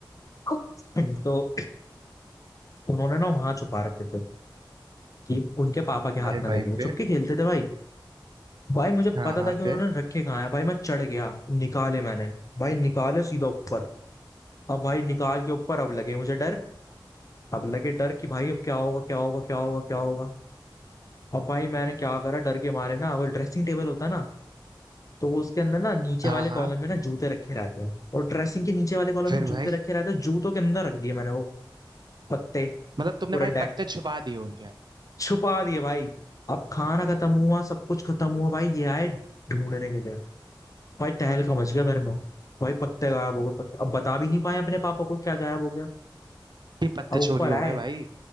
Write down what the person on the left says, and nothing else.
<coughs> <laughs> तो उन्होंने ना वहां छुपा रखे थे कि उनके पापा के हाथ
ना लगे
वो
चुपके खेलते थे भाई भाई मुझे
पता
था कि उन्होंने
रखे कहाँ है भाई मैं चढ़ गया निकाले मैंने भाई निकाले सीधा ऊपर अब भाई निकाल के ऊपर अब लगे मुझे डर अब लगे डर कि भाई अब क्या होगा क्या होगा क्या होगा क्या होगा अब भाई मैंने क्या करा डर के मारे ना वो ड्रेसिंग टेबल होता है ना तो उसके अंदर ना नीचे
वाले
कॉलम में ना जूते रखे रहते हैं और ड्रेसिंग के नीचे वाले कॉलम
में जूते
रखे रहते हैं जूतों के अंदर रख दिए मैंने वो पत्ते
पूरा
डेक
छुपा दिए भाई अब खाना खत्म हुआ सब कुछ खत्म हुआ भाई ये आए ढूंढने के लिए भाई तहलका मच गया घर में भाई पत्ते गायब हो गए पत्ते अब बता भी नहीं पाए अपने पापा को क्या गायब हो गया
अब ऊपर
आए